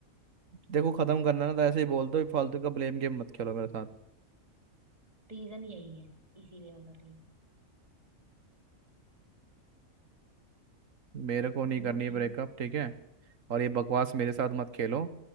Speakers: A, on the right; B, on the right.
A: देखो खत्म करना है ना तो ऐसे ही बोल दो फालतू का ब्लेम गेम मत खेलो मेरे साथ
B: रीजन यही है इसीलिए मैं कर रही हूँ
A: मेरे
B: अब
A: को
B: बोलो
A: नहीं करनी
B: भी
A: ब्रेकअप ठीक है और ये बकवास मेरे साथ मत खेलो